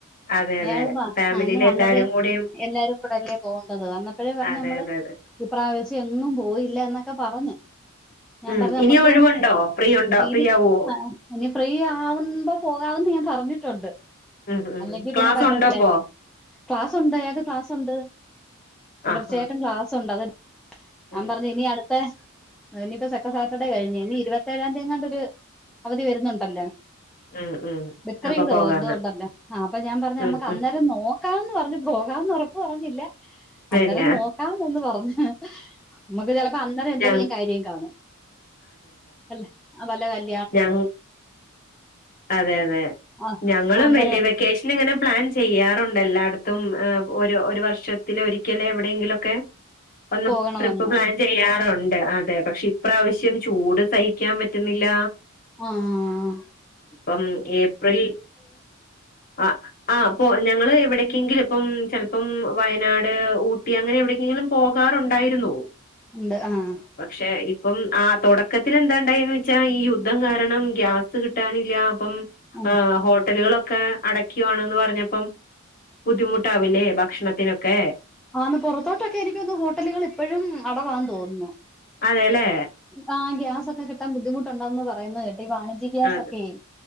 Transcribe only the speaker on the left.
അതെ
അതെ
ഫാമിലിയിൽ
എല്ലാരും കൂടിയും
അതെ
അതെ അതെ
ഉം
ഇനി ഒഴിവുണ്ടോ ഫ്രീ ഉണ്ടോ ഫ്രീ
ആവോ
ഉം ഉം ഉം
ക്ലാസ്
ഉണ്ടപ്പോ
ആഹാ
ഉം
ഉം ഉം
അപ്പൊ പോകാന്ന്
ഉം
ഉം
ഇല്ല
ഞ
ഞങ്ങ് അതെ അതെ
ഞങ്ങളും
വെല്ല്യെ വെക്കേഷ് ഷന് ഇങ്ങനെ പ്ലാൻ ചെയ്യാറുണ്ട് എല്ലാ ഇടത്തും എഹ് ഒരു ഒരു വർഷത്തില് ഒരിക്കലെവ്ടേങ്കിലൊക്കേ ഒന്ന്
ട്രിപ്പ് പ്ലാൻ ചെയ്യാറുണ്ട് അതെ പക്ഷെ ഇപ്രാവ്ശ്യം. ചൂട് സഹിക്കാൻ പറ്റ്ന്നില്ല.
ഇപ്പം ഏപ്രിൽ. അഹ് ആഹ് പ്പൊ ഞങ്ങള് എവ്ടെക്കെങ്കിലും ഇപ്പം ചെൽ പ്പം വയനാട് ഊട്ടി അങ്ങനെ എവടെക്കെങ്കിലും പോകാറുണ്ടായിരുന്നു.
പക്ഷെ ഇപ്പം ആഹ് തൊടക്കത്തില് എന്താ ഇണ്ടായേന്ന് വെച്ചാ ഈ യു ദ്ധം കാരണം ഗ്യാസ് കിട്ടാനില്ല്യാ അപ്പം
ഹ് ഹോ ട്ടല്കളൊക്കെ അടക്ക്യുവാണ്ന്ന് പറഞ്ഞപ്പം ബുദ്ധിമുട്ടാവില്ലേ ഭക്ഷണത്തിനൊ ക്കേ
അതെല്ലേ.
അതെ